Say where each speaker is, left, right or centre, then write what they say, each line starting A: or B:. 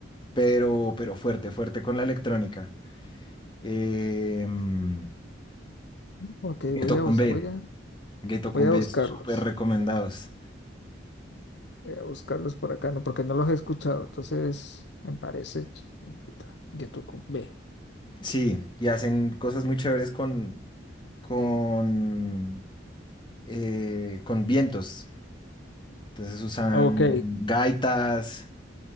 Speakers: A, on the left (about 25°); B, on the left (about 65°).
A: pero, pero fuerte, fuerte con la electrónica. Em,
B: Ok,
A: Ghetto
B: voy a
A: Kumbé.
B: bus- voy a,
A: Geto Kumbe,
B: voy a buscarlos.
A: súper recomendados.
B: Voy a buscarlos por acá, no, porque no los he escuchado. Entonces, me parece chimbita, Getucumbe.
A: Sí, y hacen cosas muy chéveres con, con, eh, con vientos. Entonces usan
B: Ok,
A: gaitas